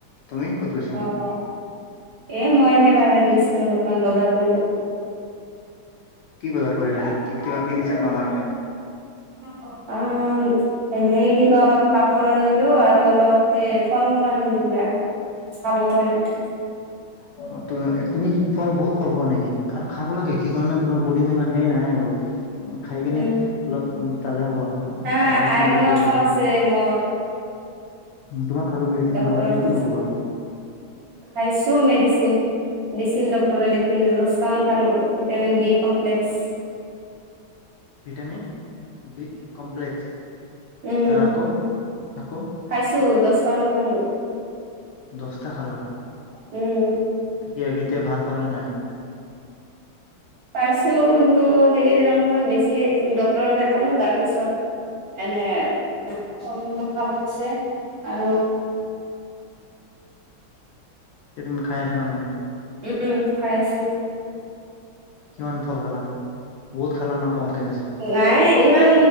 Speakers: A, on the left; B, on the right.
A: তুমি ক'ত গৈছা
B: অ - অ এ মই এনে বাহৰে গৈছিলো অলপ। কিমান বজাৰ কৰিব।
A: কি বজাৰ কৰিলা কি- কিবা কিনিছা তোমাৰ কাৰণে?
B: অ - অ। অ, এনে কিবা অলপ কাপোৰ আনিলো আৰু অলপ সেই ফল মূল আনিলো কিবা। আবৰিনে
A: অ, ত, তুমি কি ফল বহুত ফল পোৱা নেকি আৰু খাব লাগে কি কাৰণে তোমাৰ বডিত মান সেই নাই আৰু খাই কেনে
B: উম
A: অলপ উম, তাজা হোৱা।
B: হা
A: পানীখিনি
B: আইৰনো
A: বেছিকৈ
B: কম
A: খাবা।
B: আছে মোৰ
A: তোমাক ক'লো মেডিচিন
B: ডক্তৰক
A: খাবা তুমি
B: দেখাইছিলো
A: কিয় নোখোৱা।
B: খাইছো মেডিচিন। দিছিল ডাক্তৰে লিখি দহতামান খালো vitamin B complex.
A: Vitamin B complex
B: উম,
A: তা আকৌ আকৌ
B: খাইছো দচটামান খালো।
A: দস্তা খালা।
B: উম,
A: কিয় এতিয়া ভাল পালা নে নাই।
B: পাইছো কিন্তু সেই দিনা অলপমান বেছি আহিছিল ডক্টৰ দেখালো তাৰ পিছত এনে ফল মূল খাব দিছে আৰু।
A: তে তুমি খাই আছা নে নাই।
B: উম, খাই আছো।
A: কিমান ফল খালা বহুত খালা ন। কমকে খাইছা
B: নাই ইমান